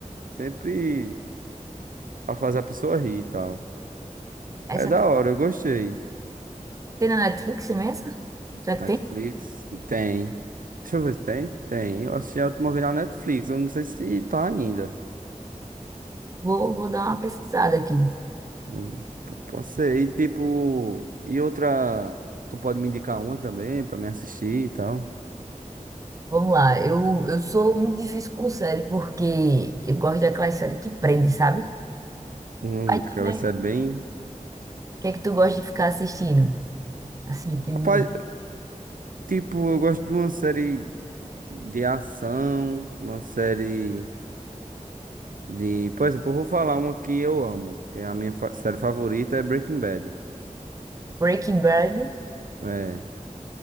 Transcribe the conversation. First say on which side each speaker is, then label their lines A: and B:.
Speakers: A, on the right (about 85°); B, on the right (about 25°).
A: Sempre pra fazer a pessoa rir e tal.
B: Essa
A: É da
B: tem,
A: hora, eu gostei.
B: tem na Netflix mesmo? essa? Será que
A: Netflix?
B: tem?
A: Tem. Deixa eu ver se tem. Tem. Eu assisti a última vez na Netflix. Eu não sei se tá ainda.
B: Vou, vou dar uma pesquisada aqui.
A: Hum, p- Pode ser. E tipo, e outra, tu pode me indicar uma também pra me assistir e tal.
B: Vamos lá. Eu, eu sou muito difícil com série, porque eu gosto daquela série que prende, sabe?
A: Hum,
B: Mas diz
A: aquela
B: aí,
A: série
B: o
A: bem.
B: que é que tu gosta de ficar assistindo? Assim, fim
A: Rapaz,
B: de noite.
A: tipo, eu gosto de uma série de ação, uma série de. Por exemplo, eu vou falar uma que eu amo, que é a minha fa- série favorita é Breaking Bad.
B: Breaking Bad.
A: É.